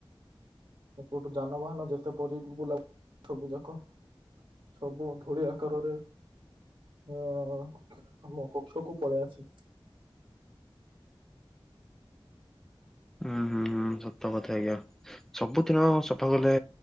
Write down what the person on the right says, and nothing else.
ଏପଟୁ ଯାନବାହନ ଯେତେପରି ବୁଲା ସବୁଯାକ ସବୁ ଧୂଳି ଆକାରରେ ହଁ ମୋ କକ୍ଷକୁ ପଳେଇଆସେ।